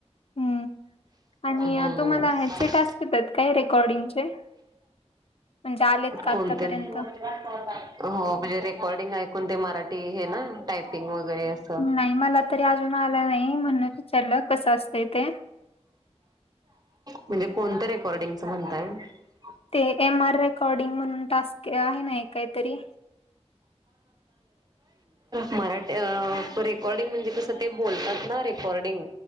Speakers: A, on the left; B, on the right.
A: हम्म. आणि
B: हम्म
A: तुम्हाला ह्याचे टास्क येतात काय रेकॉर्डिंगचे? म्हणजे आलेत का आतापर्यंत?
B: कोणते हो म्हणजे रेकॉर्डिंग ऐकून ते मराठी हे ना टायपिंग वगैरे अस <inaudible>
A: नाही मला तरी अजून आला नाही म्हणून विचारलं कसं असतंय ते.
B: म्हणजे कोणतं रेकॉर्डिंगच म्हणताय. <inaudible> <inaudible>
A: ते एम आर रेकॉर्डिंग म्हणून टास्क आहे ना एक काहीतरी?
B: मराठी रेकॉर्डिंग म्हणजे कसं ते बोलतात ना रेकॉर्डिंग